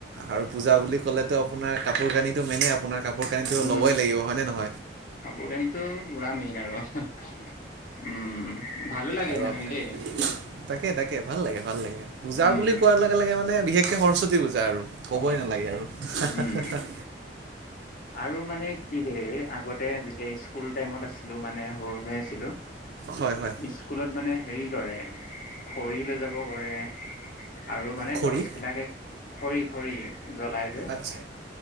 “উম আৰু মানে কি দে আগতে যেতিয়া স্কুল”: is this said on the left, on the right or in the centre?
Left